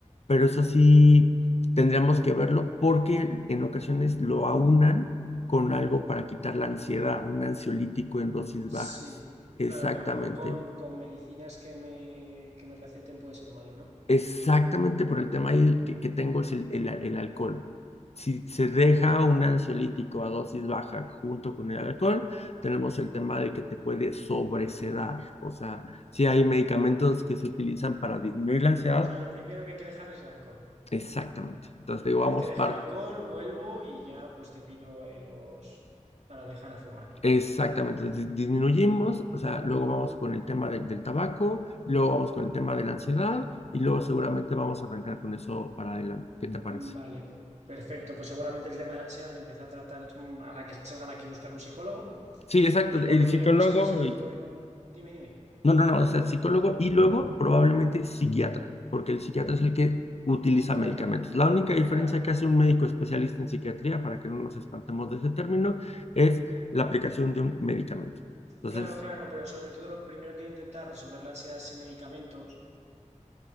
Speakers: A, on the left (about 55°); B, on the right (about 60°).
A: pero eso sí tendríamos que verlo porque en ocasiones lo aunan con algo para quitar la ansiedad, un ansiolítico en dosis
B: sí,
A: bajas. Exactamente.
B: claro, que a lo mejor con, con medicinas que me, que me receten puede ser malo, ¿no?
A: Exactamente por el tema ahí que, que tengo es el, el, el alcohol. Si se
B: Perfecto.
A: deja un ansiolítico a dosis baja junto con el alcohol, tenemos el tema de que te puede sobresedar. O sea, si hay medicamentos
B: Vale.
A: que se utilizan para disminuir la ansiedad,
B: O sea, lo primero que hay que dejar es el alcohol.
A: exactamente. Entonces,
B: Y
A: digo,
B: una
A: vamos
B: vez que deje
A: par
B: el alcohol, vuelvo y ya pues te pido eh, los para dejar de fumar.
A: Exactamente, dis- disminuimos, o sea, luego vamos con el tema del, del tabaco, luego vamos con el tema de la ansiedad y luego seguramente vamos a arrancar con eso para adelante. ¿Qué te parece?
B: Vale, perfecto. Pues seguramente el tema de la ansiedad lo empecé a tratar mm, a la que salga de aquí buscar un psicólogo
A: Sí, exacto,
B: y
A: el
B: volveré
A: psicólogo,
B: pues a ver si vuelvo
A: y-
B: en... Dime, dime.
A: no, no, no, o sea, psicólogo y luego probablemente psiquiatra, porque el psiquiatra es el que utiliza
B: Claro,
A: medicamentos. La única diferencia
B: claro,
A: que hace un médico especialista en psiquiatría, para que no nos espantemos de ese término, es la aplicación de un medicamento. Entonces,
B: claro, claro, pero sobre todo lo primero que intentar resolver la ansiedad sin medicamentos